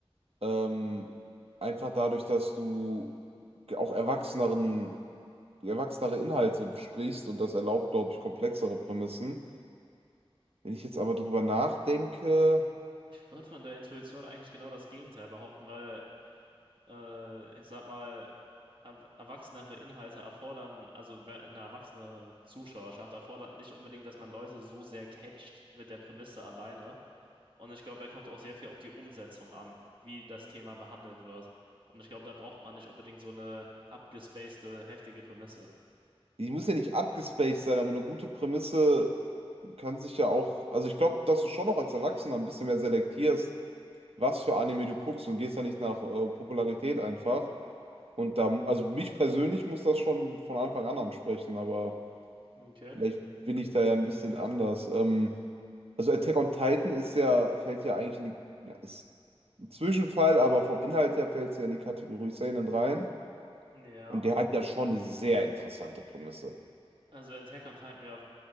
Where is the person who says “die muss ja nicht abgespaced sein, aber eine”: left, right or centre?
Right